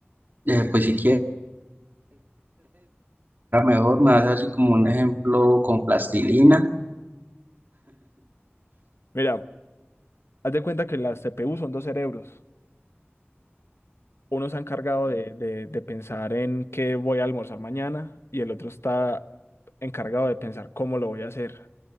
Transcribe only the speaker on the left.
Mira, haz de cuenta que las CPU son dos cerebros. Uno se ha encargado de, de de pensar en qué voy a almorzar mañana y el otro está encargado de pensar cómo lo voy a hacer.